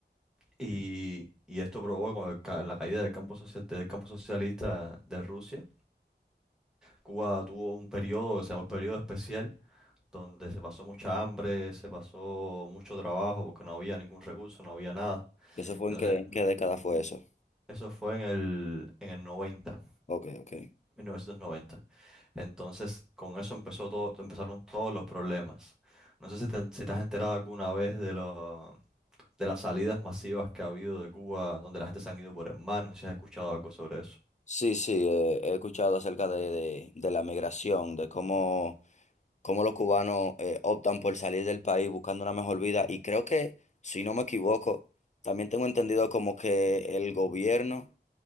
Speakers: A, in the centre; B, on the left.
A: Y, y esto provocó con el ca- la caída del campo social, del campo socialista de Rusia. Cuba tuvo un periodo que se llamó el periodo especial, donde se pasó mucha hambre, se pasó mucho trabajo porque no había ningún recurso, no había nada.
B: ¿Eso fue
A: Entonces,
B: en qué, en qué década fue eso?
A: eso fue en el, en el noventa,
B: Ok, ok.
A: mil novecientos noventa. Entonces, con eso empezó todo, empezaron todos los problemas. No sé si te, si te has enterado alguna vez de lo- de las salidas masivas que ha habido de Cuba, donde la gente se han ido por el mar, no sé si has escuchado algo sobre eso.
B: Sí, sí, eh, he escuchado acerca de, de- de la migración, de cómo, cómo los cubanos eh, optan por salir del país buscando una mejor vida y creo que, si no me equivoco, también tengo entendido como que el gobierno,